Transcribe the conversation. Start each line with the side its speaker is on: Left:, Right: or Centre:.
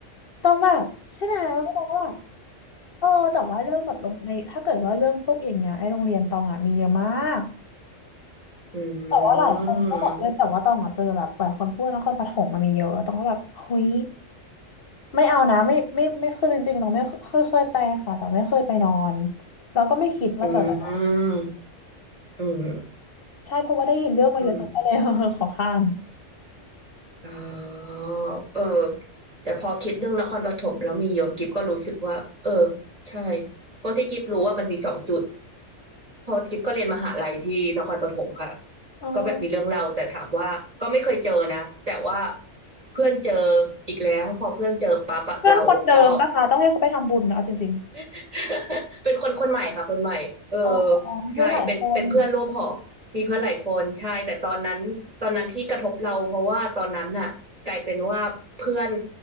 Left: ต้องแบบใช่ไหมก็บอกว่าเออแต่ว่าเรื่องแบบลงในถ้าเกิดว่าเรื่องพวกอย่างเงี้ยไอ้โรงเรียนตองอ่ะมีเยอะมาก
Right: <laughs> อืม
Left: แต่ว่าหลายคนก็บอกเลยแต่ว่าตองอ่ะเจอแบบหลายคนพูดว่านครปฐมมันมีเยอะตองก็แบบเฮ้ยไม่เอานะไม่ไม่ไม่คือจริงๆตองไม่เคยเคยไปค่ะแต่ไม่เคยไปนอนแล้วก็ไม่คิดว่าจะไป
Right: อืมอืม
Left: ใช่เพราะว่าได้ยินเรื่องมาเยอะตรงก็เลย
Right: อืม
Left: <laughs> ขอข้าม
Right: อ๋อเออแต่พอคิดเรื่องนครปฐมแล้วมีโยกิฟก็รู้สึกว่าเออใช่เพราะที่กิฟรู้ว่ามันมีสองจุดเพอกิฟก็เรียนมหาลัยที่นครปฐมค่ะ
Left: อ๋อ
Right: ก็แบบมีเรื่องเล่าแต่ถามว่าก็ไม่เคยเจอนะแต่ว่าเพื่อนเจออีกแล้วพอเพื่อนเจอปั๊บอะเราก็
Left: เพื่อนคนเดิมปะคะต้องให้เขาไปทำบุญนะเอาจริง
Right: <laughs> เป็นคนคนใหม่ค่ะคนใหม่เออ
Left: ๆอ๋ออ๋ออ๋อมีเพื่อนหลายคน
Right: ใช่เป็นเป็นเพื่อนร่วมหอมีเพื่อนหลายคนใช่แต่ตอนนั้นตอนนั้นที่กระทบเราเพราะว่าตอนนั้นน่ะกลายเป็นว่าเพื่อน